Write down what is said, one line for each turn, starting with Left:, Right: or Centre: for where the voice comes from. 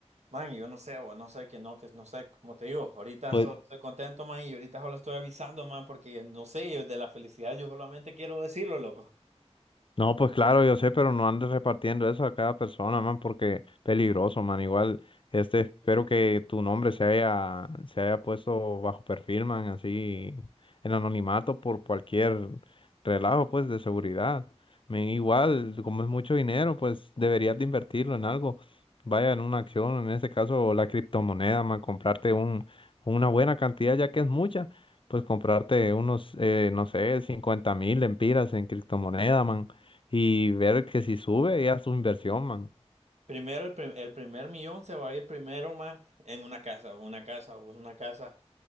Right: Man, y yo no sé, o no sé que no, que no sé, como te digo, ahorita
Left: pues
Right: so- estoy contento, man, y ahorita solo estoy avisando, man, porque no sé, yo de la felicidad yo solamente quiero decirlo, loco.
Left: No, pues claro, yo sé, pero no andes repartiendo eso a cada persona, man, porque peligroso, man. Igual, este, espero que tu nombre se haya, se haya puesto bajo perfil, man, así, en anonimato por cualquier relajo, pues, de seguridad. Me, igual, como es mucho dinero, pues, deberías de invertirlo en algo. Vaya en una acción, en este caso, la criptomoneda, man, comprarte un, una buena cantidad, ya que es mucha, pues, comprarte unos, eh, no sé, 50 mil lempiras en criptomoneda, man y ver que si sube ya su inversión, man.
Right: Primero, el, prim- el primer millón se va a ir primero, más en una casa, una casa, pues, una casa,